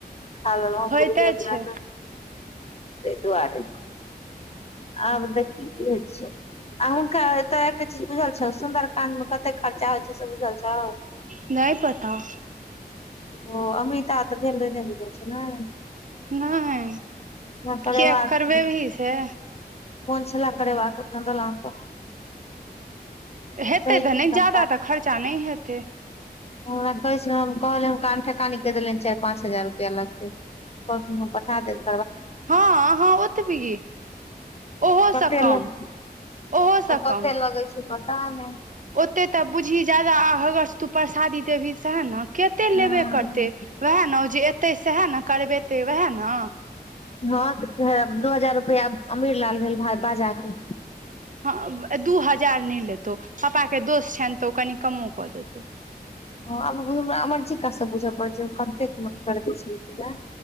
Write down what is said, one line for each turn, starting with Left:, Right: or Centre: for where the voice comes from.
Left: खा लेलौ
Right: होइते
Left: गुरदेव हमरा
Right: छै
Left: स ताई दुआरे आब देखही की होइ छै? आ हुनका एत एकटा चीज बुझल छौ सुन्दर कांड में कतेऽ खर्चा होइ छै से बुझल छौ।
Right: नय पता।
Left: ओ अमृता तऽ गेल रहै ननै बुझल छौ नय।
Right: नए
Left: करेबाक
Right: किए करबेबीही
Left: छै
Right: से?
Left: मोन छलै करेबाक अपना दलान पर।
Right: हेतै
Left: कहै
Right: तऽ नहि
Left: हम
Right: जादा तऽ खर्चा नहि हेतै।
Left: ह वैह कहै छै हम कहलिऐन हुनका अनठेकानी कहि देलियनि चाइर पाँच हजार रुपया लगतै। कहलखिन हम पठा देेब।
Right: हॅं हॅं ओतबी ओहो
Left: कते
Right: स कम
Left: लग
Right: ओहो स
Left: कते
Right: कम
Left: लगै पता नहि
Right: ओते तऽ बुझही ज्यादा आगास तू परसादी देबही सैहै न केते लेबे
Left: हँ
Right: करतै वहै न जे एतै सेहै न करबेतै वहै न
Left: हॅं त वैहै दू हजार रुपैया अमीर लाल भेल भाइ बाजा के
Right: हॅं दू हजार नहि लेतौ पप्पा के दोस्त छनि तऽ ओ कनि कमो कऽ देतौ।
Left: हॅं आब <unintelligible> हमरा अमरजी का स बुझऽ पड़त जे ओ कतेक मे करबै छलखिनए।